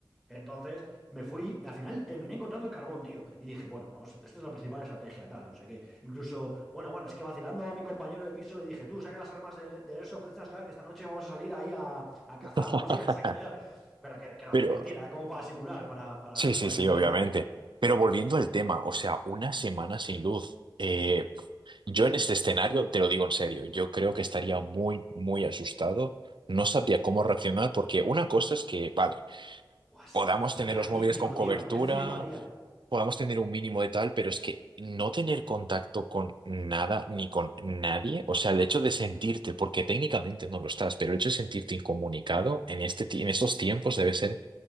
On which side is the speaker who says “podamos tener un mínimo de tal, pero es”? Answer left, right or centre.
Right